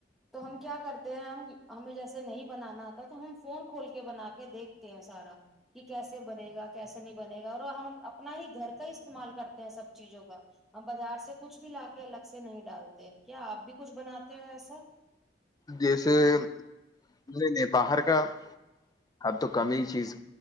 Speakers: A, in the centre; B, on the left.
A: تو ہم کیا کرتے ہیں ہم ہمیں جیسے نہیں بنانا آتا تو ہم فون کھول کے بنا کے دیکھتے ہیں سارا کہ کیسے بنے گا کیسے نہیں بنے گا اور ہم اپنا ہی گھر کا استعمال کرتے ہیں سب چیزوں کا ہم بازار سے کچھ بھی لا کے الگ سے نہیں ڈالتے کیا آپ بھی کچھ بناتے ہیں ویسے تو
B: جیسے نہیں نے باہر کا اب تو کم ہی چیز